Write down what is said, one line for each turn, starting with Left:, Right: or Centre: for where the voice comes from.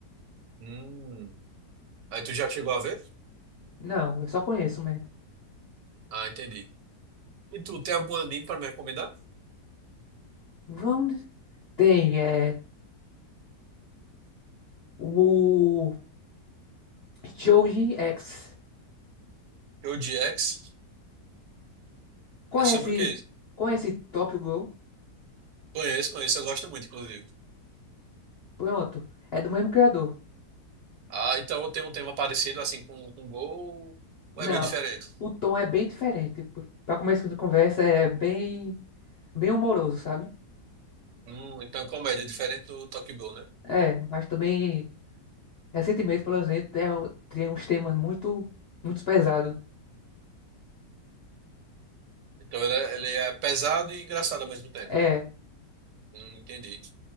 Right: Hum. Aí tu já chegou a ver?
Left: Não, eu só conheço mesmo.
Right: Ah, entendi. E tu, tem algum anime pra me recomendar?
Left: Vamos. Tem, é. O Shoujin X.
Right: Eu de X?
Left: Conhece.
Right: É sobre o quê?
Left: Conhece Tokyo Ghoul?
Right: Conheço, conheço, eu gosto muito, inclusive.
Left: Pronto. É do mesmo criador.
Right: Ah, então tem um tema parecido, assim, com, com Gol,
Left: Não,
Right: ou é meio diferente?
Left: o tom é bem diferente. P- Pra começo de conversa, é bem. Bem humoroso, sabe?
Right: Hum, então é comédia, é diferente do Tokyo Ghoul, né?
Left: É, mas também. Recentemente, pelo exemplo, é, tem uns temas muito. Muito pesados.
Right: Então ele é, ele é pesado e engraçado ao mesmo tempo.
Left: É.
Right: Hum, entendi.